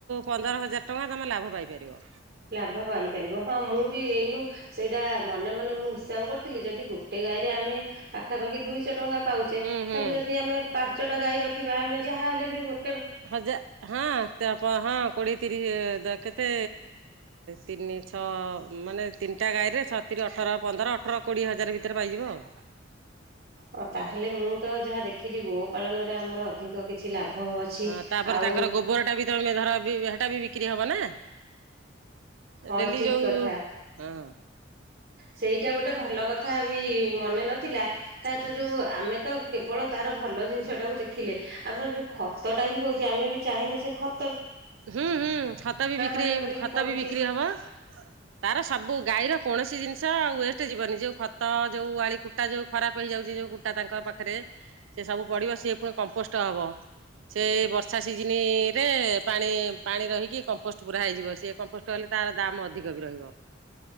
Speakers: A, on the right (about 85°); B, on the right (about 55°).
A: ପନ୍ଦର ହଜାର ଟଙ୍କା। ତମ ଲାଭ ପାଇପାରିବ।
B: ଲାଭ ପାଇପାରିବ, ହଁ ମୁଁ ବି ଏଇନୁ। ସେଇଟା ମନେ ମନେ ମୁଁ ହିସାବ କରିଥିଲି, ଯଦି ଗୋଟେ ଗାଈରେ ଆମେ ପାଖାପାଖି ଦୁଇଶହ ଟଙ୍କା ପାଉଛେ
A: ହୁଁ
B: ତାହେଲେ
A: ହୁଁ।
B: ଯଦି ଆମେ ପାଞ୍ଚଟା ଗାଈ ରଖିବା ଆମେ ଯାହାହଲେ ବି ଗୋ
A: ହଜା ହଁ ହଁ କୋଡିଏ ତିରିଶ କେତେ। ତିନି ଛଅ ମାନେ, ତିନିଟା ଗାଈ ରେ ଛଅତିରି ଅଠର, ପନ୍ଦର, ଅଠର, କୋଡିଏ ହଜାର ଭିତରେ ପାଇଯିବ ଆଉ।
B: ହଁ ତାହେଲେ ମୁଁ ତ ଯାହା ଦେଖିଲି ଗୋ ପାାଳନରେ ଆମର ଅଧିକ କିଛି ଲାଭ। ଅଛି।
A: ହଁ ତାପରେ
B: ଆଉ
A: ତାଙ୍କର ଗୋବର ଟା ବି ତମେ ଧର ଵି ସେଟା ବି ବିକି ହବ ନା।
B: ହଁ
A: ଡେଲି
B: ଠିକ
A: ଯୋଉ
B: କଥା
A: ହଁ।
B: ସେଇଟା ଗୋଟେ ଭଲ କଥା ବି ମନେ ନଥିଲା। ତା ତୁ
A: ହଁ
B: ଯୋଉ ଆମେ ତ କେବଳ ତାର ଭଲ ଜିନିଷଟାକୁ ଦେଖିଲେ। ଆମର ଯୋଉ ଖତ। ବି ହଉଛି ଆମେ ବି ଚାହିଁଲେ ସେ ଖ
A: ହୁଁ ହୁଁ ଖତ ବି ବିକ୍ରି,
B: ମାନଙ୍କରେ
A: ଖତ
B: ପଡୁଛି।
A: ବି ବିକ୍ରି ହବ, ତାର ସବୁ ଗାଈର କୌଣସି ଜିନିଷ। ଚ ୱେଷ୍ଟ୍ ଯିବନି ଯୋଉ ଖତ, ଯୋଉ ଆଳି କୁଟା, ଯୋଉ ଖରାପ ହେଇଯାଉଛି, ଯୋଉ କୁଟା ତାଙ୍କ ପାଖରେ, ସେ ସବୁ ପଡିବ, ସିଏ ପୁଣି କମ୍ପୋଷ୍ଟ ହବ, ସେ ବର୍ଷା ସିଜିନ୍ ରେ। ପାଣି ପାଣି ରହିକି କମ୍ପୋଷ୍ଟ ପୁରା ହେଇଯିବ, ସେ କମ୍ପୋଷ୍ଟ କଲେ, ତାର ଦାମ ଅଧିକ ବି ରହିବ,